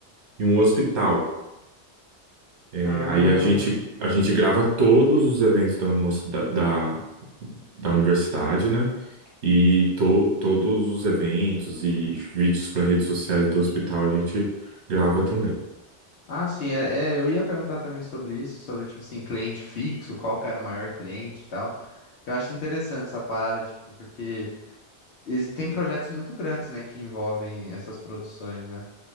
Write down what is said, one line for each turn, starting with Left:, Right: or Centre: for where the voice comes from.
Right: e um hospital. É,
Left: Ah,
Right: aí a gente, a gente grava todos os eventos da, moci- da, da, da universidade, né? E to, todos os eventos e vídeos para redes sociais do hospital a gente grava também.
Left: Ah, sim, é, é, eu ia perguntar também sobre isso, sobre, tipo assim, cliente fixo, qual que era o maior cliente e tal. Eu acho interessante essa parada, tipo, porque exi- tem projetos muito grandes, né, que envolvem essas produções, né?